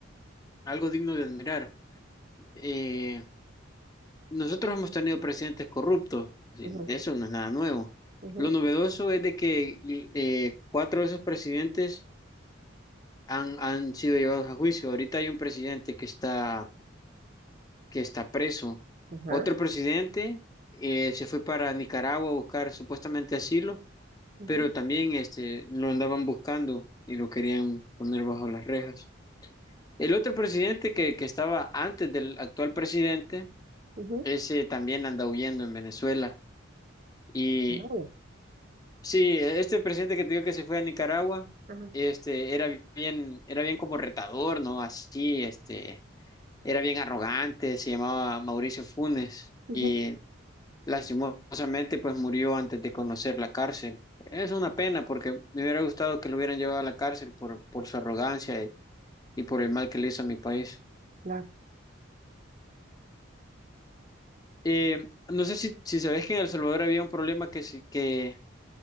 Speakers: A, on the left (about 20°); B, on the right (about 40°).
A: algo digno de admirar. Eh, Nosotros hemos tenido presidentes corruptos, y
B: Ujú,
A: eso no es nada nuevo.
B: ujú,
A: Lo novedoso es de que eh, cuatro de esos presidentes han, han sido llevados a juicio. Ahorita hay un presidente que está, que está preso.
B: ajá,
A: Otro presidente eh, se fue para Nicaragua a buscar supuestamente asilo,
B: ujú,
A: pero también este, lo andaban buscando y lo querían poner bajo las rejas. El otro presidente que, que estaba antes del actual presidente,
B: ujú,
A: ese también anda huyendo en Venezuela. Y
B: órale,
A: Sí, este presidente que te digo que se fue a Nicaragua,
B: ajá,
A: este, era bien, era bien como retador, ¿no? Así, este, era bien arrogante, se llamaba Mauricio Funes
B: ujú,
A: y lastimosamente pues murió antes de conocer la cárcel. Es una pena porque me hubiera gustado que lo hubieran llevado a la cárcel por, por su arrogancia y, y por el mal que le hizo a mi país.
B: claro.
A: Eh, no sé si, si sabes que en El Salvador había un problema que, se- que,